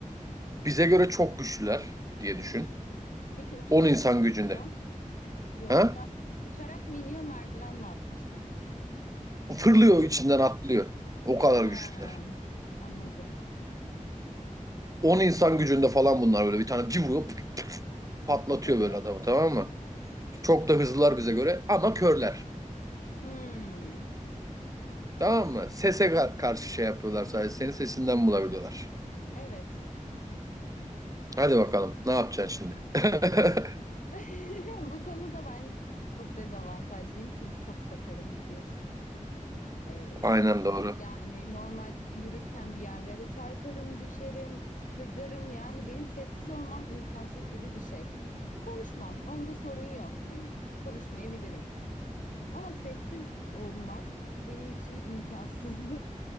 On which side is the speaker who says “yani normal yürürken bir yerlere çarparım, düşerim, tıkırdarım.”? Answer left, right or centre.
Left